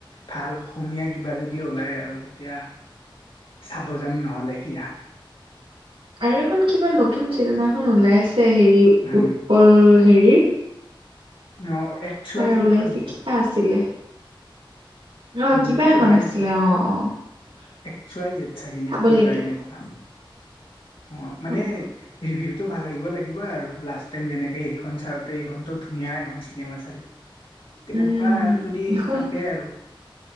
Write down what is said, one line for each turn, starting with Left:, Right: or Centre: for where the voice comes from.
Left: ভাল অসমীয়া কিবা যদি ওলাই আৰু তেতিয়া চাব যাম নহ'লে দিয়া।
Right: আৰু এখন কিবা নতুন চিনেমাখন ওলাইছে, হেৰি
Left: উম
Right: উৎপল হেৰিৰ।
Left: অ। এক্স ৱাই
Right: তাৰ
Left: জেডখন
Right: ওলাইছে,
Left: নেকি
Right: কিবা আছিলে! নহয়,
Left: উম
Right: কিবা
Left: এই
Right: এখন
Left: ওলাইছে
Right: আছিলে, অ, অ।
Left: এক্স ওয়াই জেদ চাগে
Right: চাব
Left: নে, কিবা
Right: লাগিব।
Left: এনেকুৱা। অ, মানে
Right: উম,
Left: ৰিভিউটো ভাল আহিব লাগিব আৰু, লাষ্ট টাইম যেনেকে সেইখন চাওঁতে, এইখনো ধুনীয়া এখন চিনেমা চালোঁ।
Right: <inaudible>
Left: তেনেকুৱাই
Right: উম,
Left: আৰু যদি
Right: এইখন
Left: থাকে আৰু